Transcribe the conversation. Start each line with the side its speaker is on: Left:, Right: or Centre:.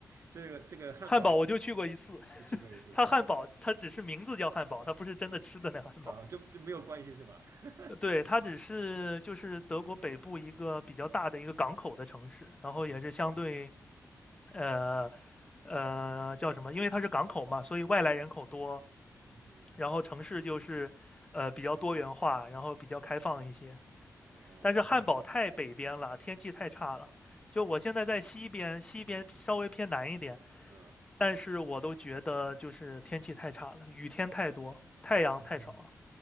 Right: 这个这个汉堡
Left: 汉堡我就去过一次，
Right: 就去过一次，
Left: 它汉堡它只是名字叫汉堡，
Right: 嗯，
Left: 它不是真的吃的那汉堡。
Right: 啊，就就没有关系是吧？<laughs>
Left: 呃对，它只是就是德国北部一个比较大的一个港口的城市，然后也是相对
Right: 嗯
Left: 呃呃叫什么？因为它是港口嘛，所以外来人口多，
Right: 嗯哼，
Left: 然后城市就是呃比较多元化，然后比较开放一些。
Right: 然后嗯
Left: 但是汉堡太北边了，天气太差了。就我现在在西边，西边稍微偏南一点，
Right: 嗯
Left: 但是我都觉得就是天气太差了，雨天太多，太阳太少了。
Right: 嗯